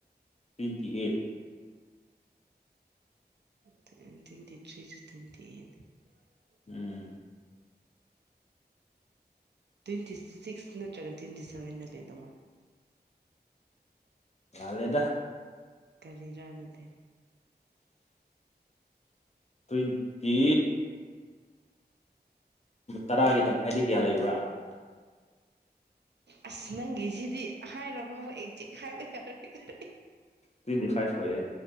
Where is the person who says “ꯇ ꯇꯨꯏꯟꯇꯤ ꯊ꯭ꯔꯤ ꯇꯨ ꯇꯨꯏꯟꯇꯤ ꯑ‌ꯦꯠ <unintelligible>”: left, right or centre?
Right